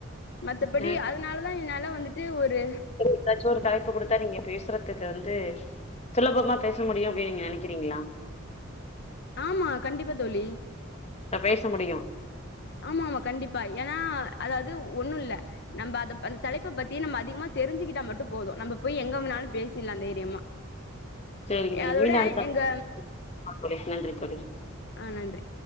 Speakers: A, on the left (about 55°); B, on the left (about 30°).
A: மா படி
B: ஆ
A: அதனால தா என்னால வந்துட்டு ஒரு
B: எதாச்சு ஒரு தலைப்பு குடுத்தா நீங்க பேசுறதுக்கு வந்து சுலபமா பேச முடியு அப்டின் நீங்க நினைக்கிறீங்களா நினைக்கிறீங்களா
A: ஆமா கண்டிப்பா தோழி
B: அ பேச முடியு
A: ஆமா ஆமா கண்டிப்பா ஏனா அதாவது ஒண்ணுல்ல நம்ப அத அந்த தலைப்ப பத்தி நம்ம அதிகமா தெரிஞ்சுக்கிட்டா மட்டு போது நம்ப போய் எங்கம்னாலு பேசிர்லா தைரியமா
B: செரிங்க தோழி
A: அதோட
B: மீண்டு அடுத்த
A: எங்க
B: <unintelligible> நன்றி தோழி
A: ஆ நன்றி